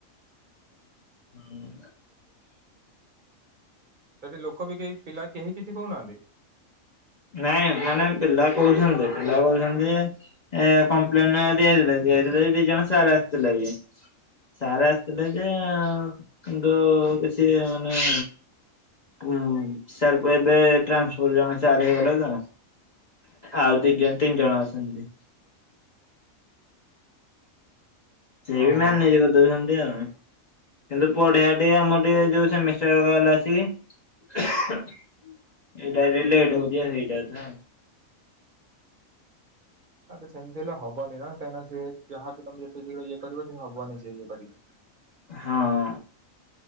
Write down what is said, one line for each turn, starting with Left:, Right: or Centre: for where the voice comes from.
Left: ହୁଁ
Right: ସେଠି ଲୋକ ବି କେହି ପିଲା କେହି କିଛି କହୁନାହାନ୍ତି?
Left: ନାଇଁ ମାନେ ପିଲା କହୁଛନ୍ତି ପିଲା କହୁଛନ୍ତି ଯେ ଏ କମ୍ପ୍ଲେନ ଦିଆଥିଲା ଦିଆଥିଲା ଦି ଜଣ ସାର ଆସିଥିଲେ ବି। ସାର୍ ଆସିଥିଲେ ଯେ କିନ୍ତୂ କିଛି ମାନେ ହୁଁ ସାର୍ପ ଏବେ ଟ୍ରାନ୍ସଫର୍ ଜଣେ ସାର ହେଇଗଲେ ତ ଆଉ ଦି ଜଣ ତିନି ଜଣ ଅଛନ୍ତି। ସେ ବି
Right: ଓହୋ।
Left: ମ୍ୟାନେଜ କରିଦଉଛନ୍ତି ଆଉ। କିନ୍ତୁ ପଢଆ ଟିକେ ଆମର ଟିକେ ଯୋଉ ସେମିଷ୍ଟାର ଗହଲା ଅଛି। ଏଇଟା ଲେଟ ହଉଛି ସେଇଟା ତ।
Right: ଆ ସେମତି ହେଲେ ହବନି ନା କାହିଁକି ସିଏ ଯାହା ବି ତମେ ଏତେ ଇଏ କରିବ ଭଗବାନ ନିଜେ ନିଜେ କରିବେ।
Left: ହଁ।